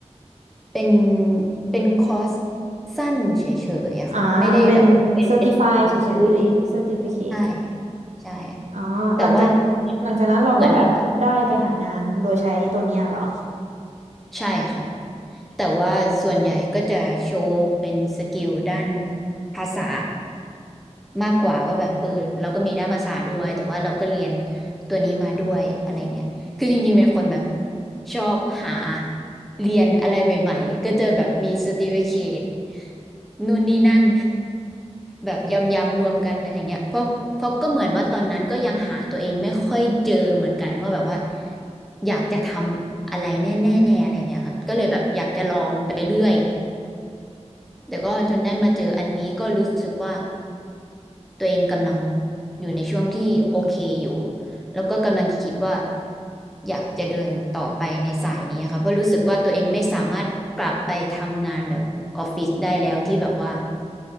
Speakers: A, in the centre; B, on the right.
A: เป็นเป็นคอร์สสั้นเฉยๆอะค่ะไม่ได้แบบเป็นเป็น
B: อ่าเป็นเซอร์ติฟายเฉยๆเซอร์ติฟิเคต
A: วุฒิใช่ใช่
B: อ๋อหลังจาก
A: แต่ว่า
B: หลังจากนั้นเราก็แบบได้ไปหางานโดยใช้ตัวเนี้ยเหรอ
A: เหมือนแบบ ใช่ค่ะแต่ว่าส่วนใหญ่ก็จะโชว์เป็นสกิลด้านภาษามากกว่าว่าแบบเออเราก็มีด้านภาษาด้วยแต่ว่าเราก็เรียนตัวนี้มาด้วยอะไรเงี้ยคือจริงๆเป็นคนแบบชอบหาเรียนอะไรใหม่ๆก็จะแบบมี certificate นู่นนี่นั่น แบบยำๆรวมกันอะไรเงี้ยเพราะเพราะก็เหมือนว่าตอนนั้นก็ยังหาตัวเองไม่ค่อยเจอเหมือนกันว่าแบบว่าอยากจะทำอะไรแน่ๆอะไรเงี้ยครับก็เลยแบบอยากจะลองไปเรื่อยแต่ก็จนได้มาเจออันนี้ก็รู้สึกว่าตัวเองกำลังอยู่ในช่วงที่โอเคอยู่แล้วก็กำลังคิดว่าอยากจะเดินต่อไปในสายนี้ค่ะเพราะรู้สึกว่าตัวเองไม่สามารถกลับไปทำงานแบบออฟฟิศได้แล้วที่แบบว่า